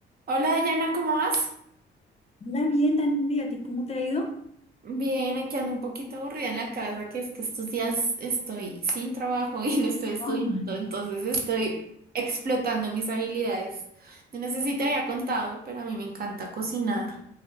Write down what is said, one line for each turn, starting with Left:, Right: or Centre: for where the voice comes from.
Right: Hola Dayana, ¿cómo vas?
Left: Hola, bien, Daniel, ¿y a ti cómo te ha ido?
Right: Bien, aquí ando un poquito aburrida en la casa, que es que estos días estoy sin trabajo <laughs> y no estoy estudiando,
Left: Ay,
Right: entonces estoy explotando mis habilidades. Yo no sé si te había contado, pero a mí me encanta cocinar.